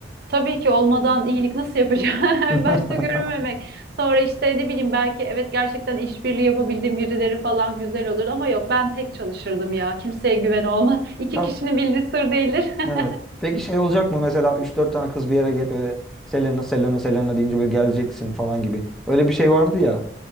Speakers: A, on the right (about 55°); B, in the centre.
A: tabii ki olmadan iyilik nasıl yapacağım?
B: <laughs>
A: <laughs> Başta görünmemek. Sonra işte ne bileyim belki evet gerçekten işbirliği yapabildiğim birileri falan güzel olur ama yok ben tek çalışırdım ya. Kimseye güven olmaz. <laughs> İki
B: Ya
A: kişinin bildiği sır değildir. <laughs>
B: evet. Peki şey olacak mı mesela üç dört tane kız bir yere gelip böyle Selena Selena Selena deyince böyle geleceksin falan gibi. Öyle bir şey vardı ya.